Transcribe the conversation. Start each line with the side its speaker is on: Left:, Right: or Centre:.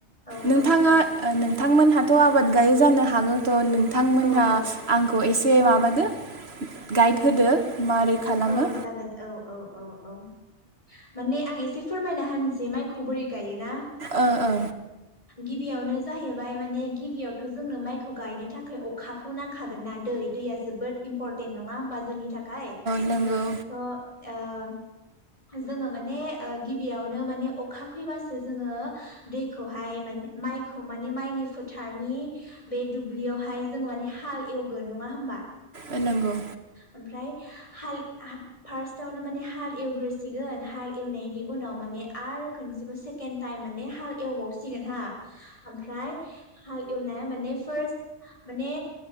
Left: औ
Right: नोंथाङा‌
Left: औ औ
Right: ओ नोंथां थांमोनहाथ' आबाद गायो जानो हागौ थ' नोंथांमोनहा
Left: औ औ
Right: आंखौ एसे से माबादो गाइड होदो। मारै खालामो।
Left: औ जागोन औ औ औ औ। माने आं एसे फोरमायना होनसै माइखौ बोरै गायोना।
Right: ओ ओ।
Left: गिबियावनो जाहैबाय माने गिबियावथ' जोंनो माइखौ गायनो थाखाय अखाखौ नांखागोन ना दै दैया जोबोद इम्परटेन्ट नङा होमबा? जोंनि थाखाय।
Right: नोंगौ।
Left: स' ओ जोङो माने गिबियावनो माने अखा फैबासो जोङो दैखौहाय माने माइखौ माने माइनि फोथारनि बे दुब्लियावहाय जोङो माने हाल एवगोन नङा होमबा?
Right: ओ नोंगौ।
Left: ओमफ्राय हाल फार्स्टआवनो माने हाल एवग्रोसिगोन हाल एवनायनि उनाव माने आरो खनसेबो सेकेड टाइम माने हाल एवबावसिगोन हा ओमफ्राय हाल एवनाया माने फार्स्ट माने